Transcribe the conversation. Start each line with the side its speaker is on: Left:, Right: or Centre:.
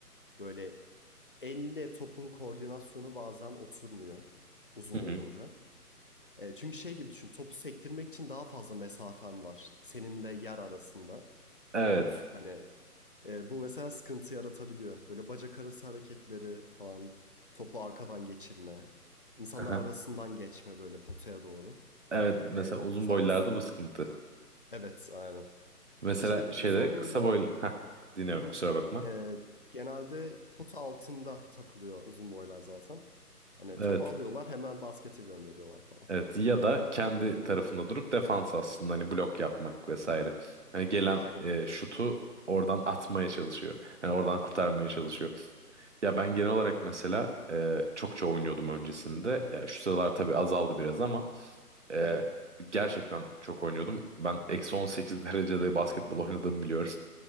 Left: Böyle elle topun koordinasyonu bazen oturmuyor uzun
Right: Hı
Left: olunca.
Right: hı.
Left: Ee, çünkü şey gibi düşün topu sektirmek için daha fazla mesafen var seninle yer arasında.
Right: evet.
Left: Hani e, bu mesela sıkıntı yaratabiliyor. Böyle bacak arası hareketleri falan topu arkadan geçirme. insanlar
Right: Aha.
Left: arasından geçme böyle potaya doğru.
Right: Evet mesela
Left: Ee,
Right: uzun
Left: mesela
Right: boylarda
Left: uz
Right: bu sıkıntı.
Left: evet aynen.
Right: Mesela
Left: İşte
Right: şeyde
Left: uzun boyda
Right: kısa boy ha dinliyorum
Left: Hı hı.
Right: kusura bakma.
Left: Ee, genelde pota altında takılıyor uzun boylar zaten. Hani
Right: evet.
Left: topu alıyorlar hemen baskete gönderiyorlar falan.
Right: Evet ya da kendi tarafında durup defans aslında hani blok yapmak vesaire. Hani gelen
Left: Aynen.
Right: e, şutu oradan atmaya çalışıyor. Hani oradan kurtarmaya
Left: Evet.
Right: çalışıyor. Ya ben genel olarak mesela e, çokça oynuyordum öncesinde. Ya şu sıralar tabii azaldı biraz ama e,
Left: Hı hı.
Right: gerçekten çok oynuyordum. Ben eksi 18 <laughs> derecede basketbol oynadığımı biliyorum.